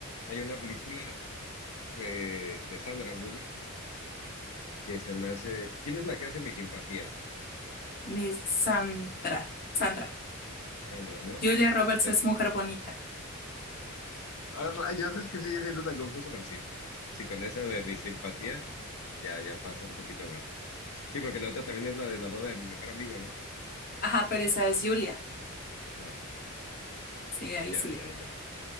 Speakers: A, on the left; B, on the left.
A: hay una película de, de Sandra Bullock que se me hace, ¿quién es la que hace mi simpatía?
B: Mi Sandra, Sandra.
A: Sandra, ¿no?
B: Julia Roberts
A: ¿Qué tal?
B: es mujer bonita.
A: Ah, rayos, es que sigue siendo tan confuso, pero sí. Sí, con esa de mi simpatía, ya, ya pasa un poquito más. Sí, porque la otra también es la de la boda de mi mejor amigo, ¿no?
B: Ajá, pero esa es Julia.
A: Ajá,
B: Sí, ahí
A: ya,
B: sí.
A: ya, ya.